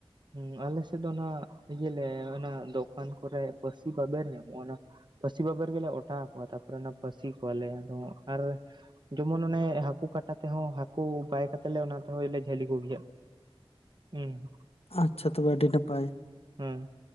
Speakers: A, on the right; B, on the left.
A: ᱦᱩᱸ ᱟᱞᱮᱥᱮᱫ ᱫᱚ ᱚᱱᱟ ᱤᱭᱟᱹᱞᱮ ᱚᱱᱟ ᱫᱚᱠᱟᱱ ᱠᱚᱨᱮ ᱯᱟᱥᱤ ᱵᱟᱵᱮᱨ ᱧᱟᱢᱚᱜ-ᱟ ᱚᱱᱟ ᱯᱟᱥᱤ ᱵᱟᱵᱮᱨ ᱜᱮᱞᱮ ᱚᱴᱟᱣ ᱛᱟᱯᱚᱨᱮ ᱚᱱᱟ ᱯᱟᱹᱥᱤ ᱠᱚᱣᱟᱞᱮ ᱟᱫᱚ ᱟᱨ ᱡᱮᱢᱚᱱ ᱚᱱᱮ ᱦᱟᱹᱠᱩ ᱠᱟᱴᱟ ᱛᱮᱦᱚᱸ ᱦᱟᱹᱠᱩ ᱵᱟᱭ ᱠᱟᱛᱮᱫ ᱞᱮ ᱚᱱᱟ ᱛᱮᱦᱚᱸᱞᱮ ᱡᱷᱟᱹᱞᱤ ᱠᱚᱜᱮᱭᱟ᱾ ᱦᱩᱸ ᱦᱩᱸ ᱾
B: ᱟᱪᱪᱷᱟ ᱛᱚᱵᱮ ᱟᱹᱰᱤ ᱱᱟᱯᱟᱭ᱾
A: ᱦᱮᱸ